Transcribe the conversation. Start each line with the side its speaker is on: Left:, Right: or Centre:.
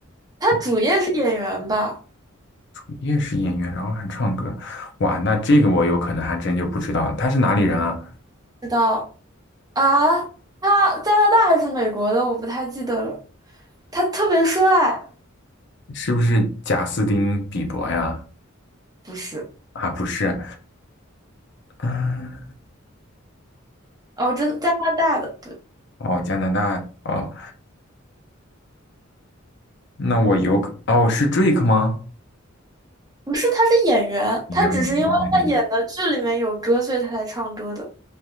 Right: 他主业是演员吧？
Left: 我主业是演员，然后还唱歌。哇，那这个我有可能还真就不知道，他是哪里人啊？
Right: 知道啊？他加拿大还是美国的？我不太记得了。他特别帅，
Left: 是不是贾斯汀比伯呀？
Right: 不是？
Left: 啊，不是，嗯，
Right: 哦，真加拿大的，对。
Left: 哦，加拿大，哦，那我有可哦，是 Drake 吗？
Right: 不是，他是演员，
Left: 你原来对对对对，
Right: 他只是因为他演的剧里面有歌，所以他才唱歌的。